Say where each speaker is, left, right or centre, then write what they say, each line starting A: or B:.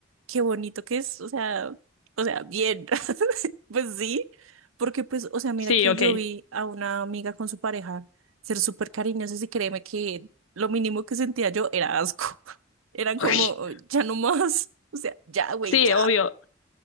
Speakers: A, on the right; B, on the left.
A: qué bonito que es, o sea, o sea, bien, <laughs> pues sí, porque pues, o sea, mira
B: Sí,
A: que
B: ok.
A: yo vi a una amiga con su pareja ser súper cariñosos y créeme que lo mínimo que sentía yo era asco, <laughs> eran como,
B: <laughs>
A: ya no más. O sea, ya, güey,
B: Sí,
A: ya.
B: obvio.